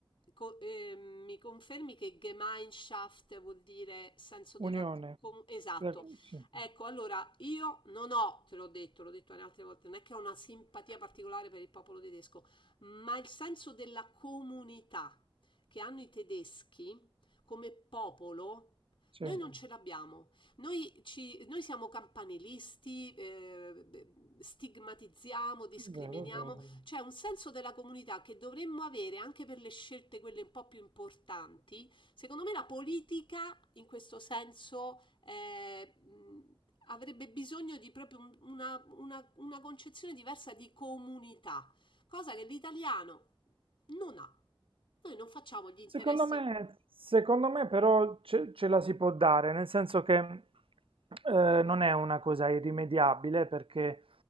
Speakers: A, on the left; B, on the right.
A: co- eh, mi confermi che Gemeinschaft vuol dire senso della...
B: Unione.
A: com- esatto.
B: La- Sì,
A: Ecco, allora io non ho, te l'ho detto, l'ho detto anche altre volte, non è che ho una simpatia particolare per il popolo tedesco, ma il senso della comunità che hanno i tedeschi come popolo,
B: sì,
A: noi
B: è
A: non Mm. ce l'abbiamo. Noi, ci- noi siamo campanilisti, eh, beh, stigmatizziamo, discriminiamo.
B: vero, è vero.
A: Mm. C'è un senso della comunità che dovremmo avere anche per le scelte, quelle un po' più importanti. Secondo me la politica, in questo senso, eh, mh, avrebbe bisogno di proprio un- una, una- una concezione diversa di comunità cosa che l'italiano non ha. Noi non facciamo gli interessi
B: Secondo me, secondo me però ce, ce la si può dare, nel senso che eh, non è una cosa irrimediabile perché